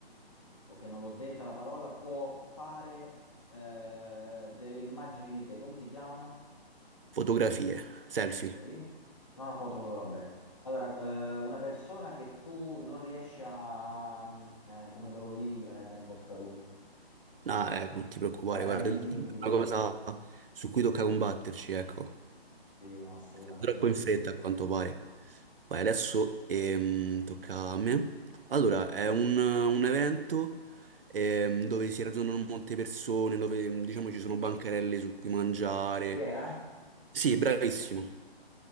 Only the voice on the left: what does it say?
ok, non l'ho detta la parola, può fare eh, delle immagini di te, come si chiamano?
Ok. No, la foto, foto va bene. Allora, eh, una persona che tu non riesci a... mm, eh, come te lo dico? Eh, tempo scaduto.
Era
invisibile.
Sì, no, assolutamente.
Chi era?